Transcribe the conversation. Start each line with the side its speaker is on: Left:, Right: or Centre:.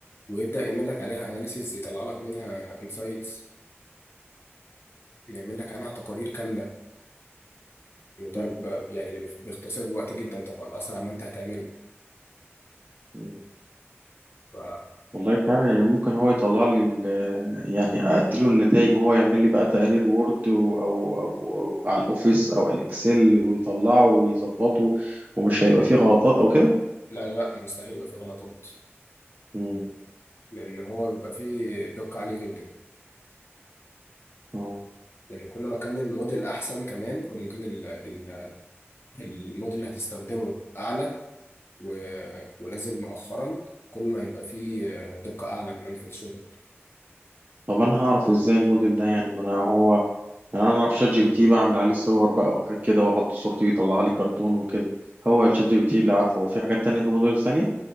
Left: ويبدأ يعمل لك عليها اناليسيز يطلع لك منها انسايتس يعمل لك عنها تقارير كاملة وده
Right: مم.
Left: ب- يعني بيختصر الوقت جدا طبعا أسرع ما أنت هتعمله
Right: مم.
Left: ف...
Right: والله فعلا يعني ممكن هو يطلع لي ال- يعني اديله النتائج وهو يعمل لي بقى تقرير وورد و- او او أو على الاوفيس او الاكسل ويطلعه ويظبطه ومش هيبقى فيه غلطات او كده
Left: لا لا مستحيل يبقى فيه غلطات
Right: مم.
Left: لأن هو بيبقى فيه دقة عالية جدا
Right: اه
Left: يعني كل ما كان الموديل أحسن كمان كل ما كان ال... ال... الموديل اللي هتستخدمه أعلى و... ونازل مؤخرا كل ما هيبقى فيه دقة أعلى كمان في الشغل
Right: طب انا هعرف ازاي الموديل ده يعني ما انا هو يعني انا اعرف شات جي بي تي بعمل عليه صور بقى وحاجات كده واحط صورتي ويطلع لي كرتون وكده هو الشات جي بي تي اللي عارفه هو في حاجات تانية في موديل ثانية